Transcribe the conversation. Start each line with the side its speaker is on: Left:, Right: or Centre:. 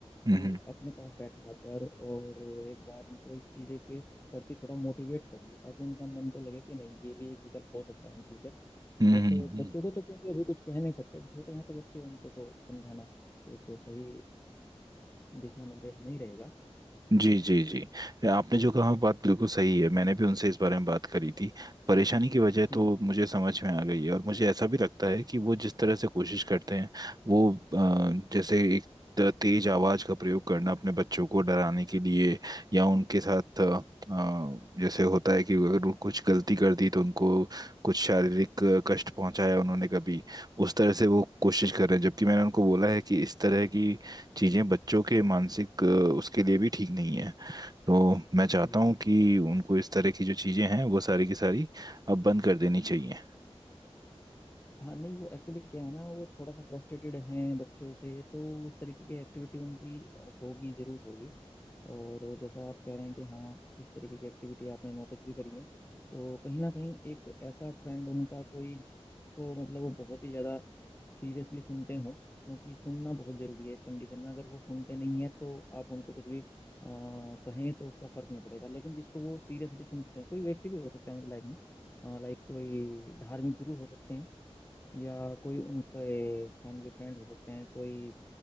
Right: हम्म।
Left: कि अपने पास बैठा कर और एक बार उनको इस चीज़ के प्रति थोड़ा मोटिवेट करिए ताकि उनका मन को लगे कि नहीं ये भी एक विकल्प हो सकता है इन फ्यूचर
Right: हम्म
Left: बट
Right: हम्म, हम्म।
Left: बच्चों को तो क्योंकि अभी कुछ कह नहीं सकते अभी छोटे हैं तो बच्चे उनको तो समझाना एक सही दिशा निर्देश नहीं रहेगा
Right: जी जी जी आपने जो कहा बात बिल्कुल सही है मैंने भी उनसे इस बारे में बात करी थी परेशानी की वजह
Left: जी
Right: तो मुझे समझ में आ गई है और मुझे ऐसा भी लगता है कि वो जिस तरह से कोशिश करते हैं वो अ, जैसे एक त- तेज आवाज का प्रयोग करना अपने बच्चों को डराने के लिए या उनके साथ अ, अ, जैसे होता है कि अगर वो कुछ गलती कर दी तो उनको कुछ शारीरिक अ, कष्ट पहुंचाया उन्होंने कभी उस तरह से वो कोशिश कर रहे हैं जबकि मैंने उनको बोला है कि इस तरह की चीज़ें बच्चों के मानसिक अ, उसके लिए भी ठीक नहीं है तो मैं चाहता
Left: जी
Right: हूँ
Left: जी।
Right: कि उनको इस तरह की जो चीज़ें हैं वो सारी की सारी अब बंद कर देनी चाहिए
Left: हाँ नहीं वो एक्चुअली क्या है ना वो थोड़ा सा फ्रस्ट्रेटेड हैं बच्चों से तो उस तरीके की एक्टिविटी उनकी होगी जरूर होगी और जैसा आप कह रहे हैं कि हाँ इस तरीके की एक्टिविटी आपने नोटिस भी करी है तो कहीं ना कहीं एक ऐसा फ्रेंड उनका कोई जिसको मतलब वो बहुत ही ज़्यादा सीरियसली सुनते हो क्योंकि सुनना बहुत ज़रूरी है इस कंडीशन में अगर वो सुनते नहीं है तो आप उनको कुछ भी अ, कहें तो उसका फर्क नहीं पड़ेगा लेकिन जिसको वो सीरियसली सुनते हैं कोई व्यक्ति भी हो सकता है उनकी लाइफ में लाइक कोई धार्मिक गुरु हो सकते हैं या कोई उनके फैमिली फ्रेंड हो सकते हैं कोई